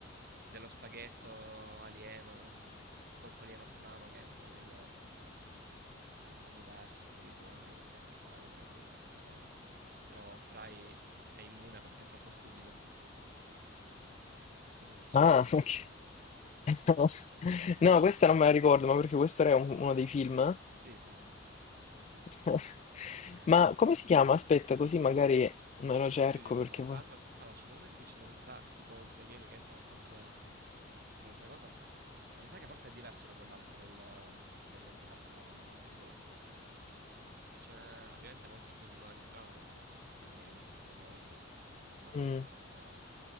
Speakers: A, on the right (about 55°); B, on the left (about 35°).
A: dello spaghetto alieno, mm, polpo alieno strano che entra nel, nell'universo tipo, e inizia a controllare le menti delle persone. Però Fry è immune perché è troppo stupido. E quindi non riesce
B: ah
A: a controllare
B: ok
A: il cervello. <laughs>
B: <laughs> no questa non me la ricordo ma perché questo era un- uno dei film
A: Sì, sì, sì.
B: <laughs>
A: Eh,
B: ma come si chiama? aspetta così magari me
A: no, ce
B: lo cerco
A: n'è più di uno.
B: perché
A: Tra l'altro, allora, ce n'è uno in cui ci sono, mi sa, i polpi alieni che entrano appunto e fanno questa cosa. Ma mi sa che forse è diverso da quell'altro del, um, dell'entità strana, non mi ricordo. Perché ce n'è, ovviamente molti film di Futurama poi sono su questi alieni, su queste cose, molto
B: Mm.
A: a caso.